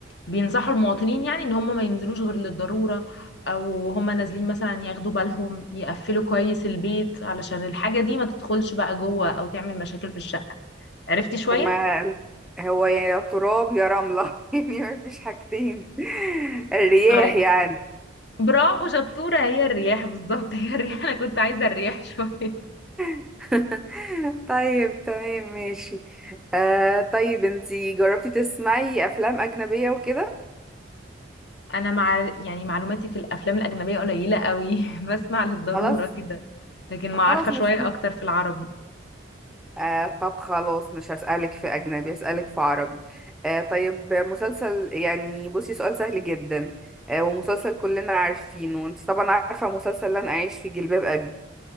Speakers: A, on the left; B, in the centre.
A: بينصحوا المواطنين يعني ان هم ما ينزلوش غير للضرورة او هم نازلين مثلا ياخدوا بالهم يقفلوا كويس البيت علشان الحاجة دي ما تدخلش بقى جوه او تعمل مشاكل في الشقة عرفتي شوية؟
B: طب ما هو يا تراب يا رمله <laughs> يعني ما فيش حاجتين <laughs> الرياح
A: طيب
B: يعني
A: برافو شطورة هي الرياح بالظبط هي الرياح <laughs> انا كنت عايزة الرياح شوية
B: <laughs> طيب تمام ماشي آه طيب انتي جربتي تسمعي افلام اجنبيه وكده
A: انا مع يعني معلوماتي في الافلام الاجنبيه قليله قوي <laughs> بسمع للضروره
B: خلاص
A: كده لكن ما
B: خلاص
A: عارفه شويه
B: مش
A: اكتر في العربي
B: آه طب خلاص مش هسألك في أجنبي هسألك في عربي آه طيب مسلسل يعني بصي سؤال سهل جدا آه ومسلسل كلنا عارفينه وانت طبعا عارفة مسلسل لن أعيش في جلباب أبي